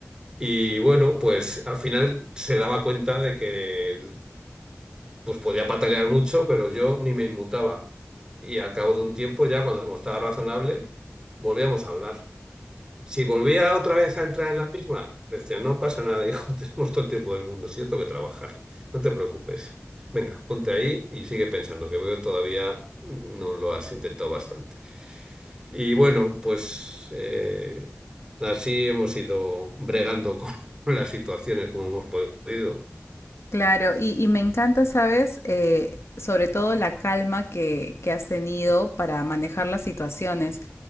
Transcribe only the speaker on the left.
Claro, y, y me encanta, ¿sabes? Eh, sobre todo la calma que, que has tenido para manejar las situaciones.